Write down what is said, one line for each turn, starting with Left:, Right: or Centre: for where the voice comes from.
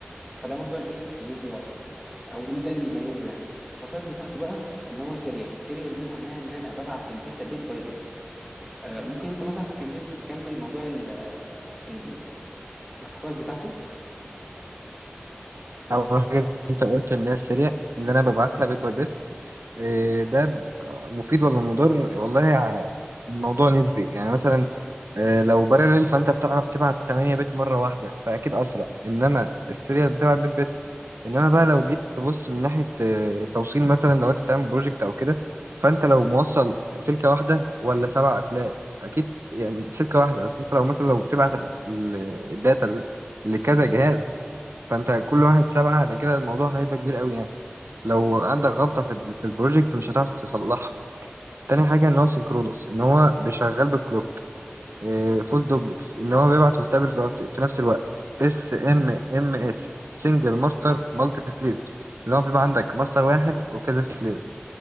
Centre: فده موضوع الايه الاس بي اي او ايه ده اللي بيميزه يعني الخصائص بتاعته بقى ان هو سيريال سيريال دي معناها ان انا ببعت الداتا بيت باي بيت آه ممكن انت مثلا تكمل تكمل موضوع ال ال ال- الخصائص بتاعته
Right: أول حاجة أنت قلت إن هي السريع اللي أنا ببعتها بيت باي بيت إيه ده ب- آه، مفيد ولا مضر والله ع- الموضوع نسبي يعني مثلا آه، لو بارلل فأنت بتع- بتبعت 8 بيت مرة واحدة فأكيد أسرع إنما السريع بتبعت بيت بيت إنما بقى لو جيت تبص من ناحية آه، التوصيل مثلا لو أنت بتعمل بروجكت أو كده فأنت لو موصل سلكة واحدة ولا سبع أسلاك أكيد يعني سلكة واحدة بس أنت لو مثلا لو بتبعت ال- ال- الداتا لكذا جهاز فانت كل واحد سبعة ده كده الموضوع هيبقى كبير قوي يعني لو عندك غلطة في ال- في البروجكت مش هتعرف تصلحها تاني حاجة ان هو سينكرونوس ان هو بيشغل بالكلوك إيه فول دوبلكس ان هو بيبعت ويستقبل في, وقت- في نفس الوقت اس ام ام اس سنجل ماستر مالتي سليفز اللي هو بيبقى عندك ماستر واحد وكذا سليف